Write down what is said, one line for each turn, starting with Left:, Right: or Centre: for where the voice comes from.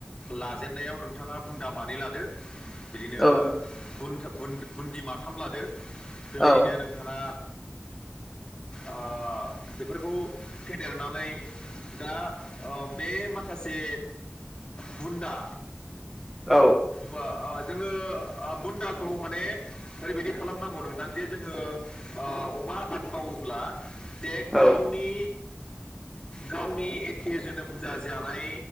Left: लाजेननायाव नोंथाङा बुन्दा मानै लादो बिदिनो
Centre: औ
Left: बुनथ- बुन- बुन्दि माथाम लादो बेबायदिनो
Centre: औ
Left: नों थाङा आ बेफोरखौ फेदेरनानै दा ओ बे माखासे बुन्दा।
Centre: औ।
Left: बा आ जोङो आ बुन्दाखौ माने ओरैबायदि खालामनांगौ नोंथां जे जोङो आ अमा आबाद मावोब्ला जे
Centre: औ
Left: गावनि गावनि एखे जोनोम जाजानाय